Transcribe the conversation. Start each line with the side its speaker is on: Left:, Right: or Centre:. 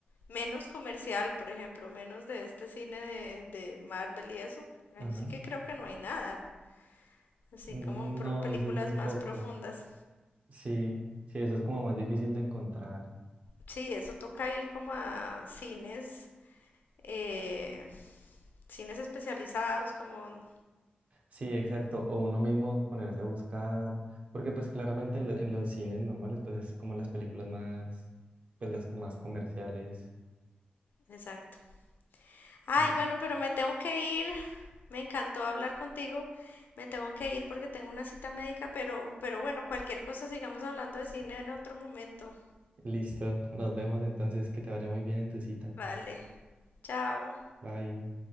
Left: menos comercial, por ejemplo, menos de este cine de de Marvel y eso, ahí
Right: Ajá.
Left: sí que creo que no hay nada. Así
Right: No,
Left: como pro- películas
Right: eso es muy
Left: más
Right: poco.
Left: profundas.
Right: Sí, sí, eso es como más difícil de encontrar.
Left: Sí, eso toca ir como a cines eh, cines especializados, como...
Right: Sí, exacto. O uno mismo ponerse a buscar, porque pues claramente en, lo- en los cines normales, pues es como las películas más, pues las más comerciales.
Left: Exacto. Ay,
Right: Mm.
Left: bueno, pero me tengo que ir. Me encantó hablar contigo. Me tengo que ir porque tengo una cita médica, pero, pero bueno, cualquier cosa sigamos hablando de cine en otro momento.
Right: Listo, nos vemos entonces, que te vaya muy bien en tu cita.
Left: Vale, chao.
Right: Bye.